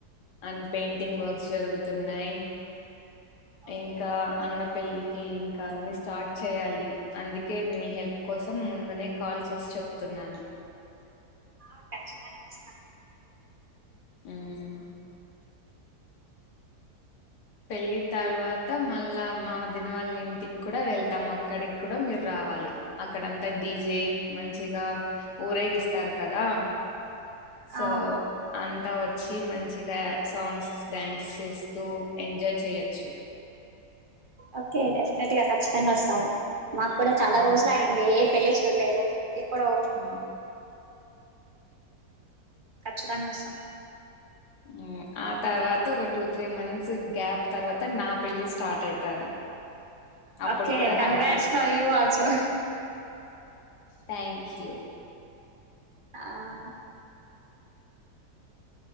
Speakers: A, on the left; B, on the right.
A: అండ్ పెయింటింగ్ వర్క్స్ జరుగుతున్నాయి
B: ఓకే
A: ఇంకా అన్న పెళ్ళికి ఇంకా అన్ని స్టార్ట్ చేయాలి అందుకే నీ హెల్ప్ కోసం ముందునే కాల్ చేసి చెప్తున్నాను
B: ఆ ఖచ్చితంగా వస్తాను
A: ఊమ్ పెళ్ళి తర్వాత మళ్ళా మా వదిన వాళ్ళ ఇంటికి కూడా వెళ్తాం అక్కడికి కూడా మీరు రావాలి అక్కడంతా డీజే మంచిగా ఊరేగిస్తారు కదా సో
B: ఆ
A: అంతా వచ్ చ్చి మంచిగా సాంగ్స్ డ్యాన్స్ చేస్తూ ఎంజాయ్ చేయొచ్చు
B: ఓకే డెఫనేట్గా ఖ చ్చితంగా వస్తాము మాకు కూడా చాలా
A: ఉమ్.
B: రోజులు అయింది ఏ పెళ్లి చూడలేదు ఇప్పుడు
A: ఉమ్.
B: కచ్చితంగా వొస్తాం
A: ఉమ్ ఆ తర్వాత ఒక టూ త్రీ మంత్స్ గ్యాప్ తర్వాత నా పెళ్లి స్టార్ట్ అయితది అప్పుడు
B: ఓకే
A: కూడా
B: congrats
A: రావాలి
B: for you also
A: thank you
B: హమ్